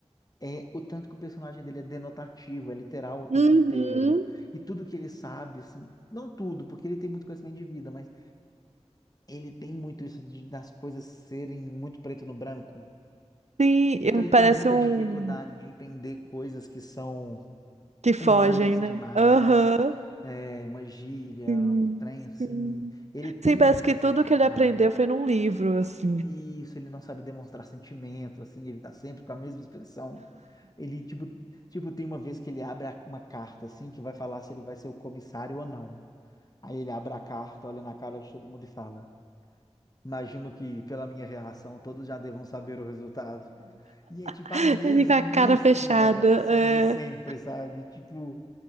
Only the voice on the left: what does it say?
é o tanto que o personagem dele é denotativo, é literal o tempo
inteiro. E tudo que ele sabe, assim. Não tudo, porque ele tem muito conhecimento de vida, mas ele tem muito isso de- das coisas serem muito preto no branco.
Então ele
tem muita
dificuldade de entender coisas que são
humanas
demais,
né? É, uma gíria,
um trem assim.
Ele tem
muito
essa
dificuldade.
E isso, ele não sabe demonstrar sentimento, assim, ele tá sempre com a mesma expressão. Ele, tipo, tipo, tem uma vez que ele abre a- uma carta, assim, que vai falar se ele vai ser o comissário ou não. Aí ele abre a carta, olha na cara de todo mundo e fala. Imagino que, pela minha reação, todos já devam saber o resultado. E é tipo
a mesmíssima
reação
de sempre, sabe? Tipo,